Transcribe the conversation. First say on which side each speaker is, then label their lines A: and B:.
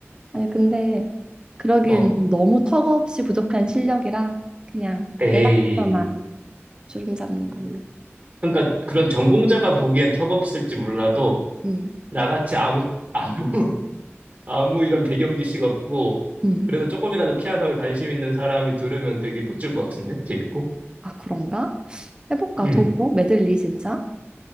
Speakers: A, on the right; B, on the right.
A: 아니 근데 그러기엔
B: 어.
A: 너무 턱없이 부족한 실력이라 그냥
B: 에이.
A: 애학서만 주름 잡는 걸로.
B: 그러니까 그런 전공자가 보기엔 턱없을지 몰라도
A: 음,
B: 나같이 아무 아무 <laughs> 아무 이런 배경 지식 없고
A: 음.
B: 그래도 조금이라도 피아노에 관심 있는 사람이 들으면 되게 멋질 것 같은데 재밌고.
A: 아 그런가? 해볼까?
B: 음.
A: 동요 메들리 진짜?